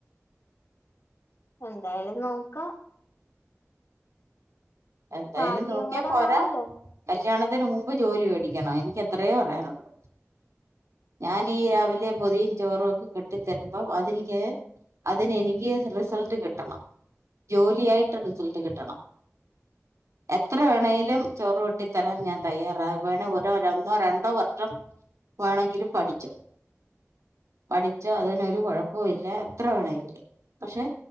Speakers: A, on the left (about 60°); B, on the right (about 70°).
A: എന്തായാലും നോക്കാം
B: എന്തായാലും
A: ഭാഗ്യവും
B: നോക്കിയാ
A: കൂടെ
B: പോരാ
A: വേണല്ലോ
B: കല്യാണത്തിന് മുമ്പ് ജോലി മേടിക്കണം എനിക്ക് എത്രയേ പറയാനുള്ളൂ ഞാൻ ഈ രാവിലെ പൊതിയും ചോറും ഒക്കെ കെട്ടിത്തരുമ്പോ അതിനിക്ക്- അതിന് എനിക്ക് റിസൾട്ട് കിട്ടണം ജോലിയായിട്ട് റിസൾട്ട് കിട്ടണം
A: <inaudible>
B: എത്ര വേണമേങ്കിലും ചോറ് കെട്ടിത്തരാൻ ഞാൻ തയ്യാറാ വേണെ ഓരോ ഒന്നോ രണ്ടോ വർഷം- വേണെങ്കിലും പഠിക്കാം പഠിച്ചോ അതിനൊരു കൊഴപ്പോം ഇല്ല എത്ര വേണെങ്കിലും പക്ഷെ